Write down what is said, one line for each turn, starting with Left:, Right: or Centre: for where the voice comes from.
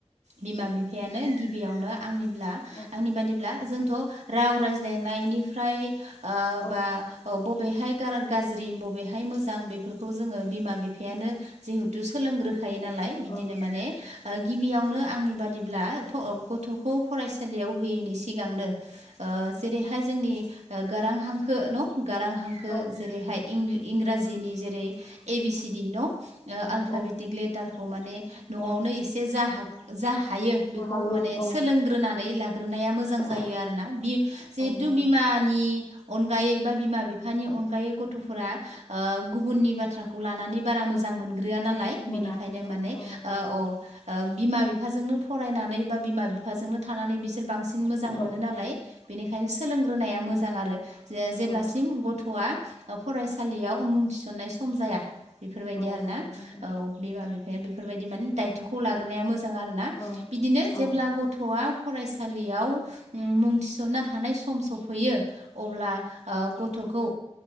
Right: बिमा बिफायानो गिबियावनो आंनिब्ला
Left: औ
Right: आंनि बादिब्ला जों खौ राव रायज्लायनायनिफ्राय ओ
Left: औ
Right: बा ओ बब बबेहाय गाज्रि बबेहाय मोजां बेफोरखौ जोङो बिमा बिफायानो जिहेथु सोलोंग्रो खायो नालाय बिदिनो
Left: औ
Right: माने गिबियावनो बेयावनो आंनि बादिब्ला फअ गथ'खौ फरायसालियाव होयैनि सिगांनो जेरैहाय जोंनि गारां हांखो न' गारां हांखो
Left: औ
Right: जेरैहाय इं - इंराजिनि जेरै ए बि सिडि न' ओ आल्फाबेटिक
Left: औ
Right: लेटारखौ माने न'आवनो
Left: औ
Right: एसे जा हागो जा हायो बेखौ
Left: हागौ
Right: माने
Left: औ
Right: सोलोंग्रोनानै लाग्रोनाया मोजां
Left: औ
Right: जायो आरोना बि जिहेथु
Left: औ नंगौ
Right: बिमा हानि अनगायै बा बिमा बिफानि अनगायै गथ'फोरा ओ गुबुननि बाथ्राखौ लानानै बारा मोजां मोन ग्रोआ नालाय
Left: मोना
Right: बिनिखायनो
Left: मोना
Right: माने
Left: औ
Right: ओ अ बिमा बिफाजोंनो फरायनानै बा बिमा बिफाजोंनो थानानै बिसोर बांसिन मोजां
Left: औ
Right: मोनो नालाय बेनिखायनो सोलोंग्रोनाया मोजां आरो जे जेब्लासिम
Left: औ
Right: गथ'आ फरायसालियाव मुं थिसन्नाय सम जाया। बेफोरबायदि
Left: औ
Right: आरो
Left: नंगौ
Right: ना
Left: नोंथां
Right: औ बिमा बिफाया बेफोरबायदि माने दायथ'खौ लाग्रोनाया मोजां। आरोना
Left: औ
Right: बिदिनो
Left: औ
Right: जेब्ला गथ'आ फरायसालियाव मुं थिसन्नो हानाय सम सफैयो। अब्ला गथ'खौ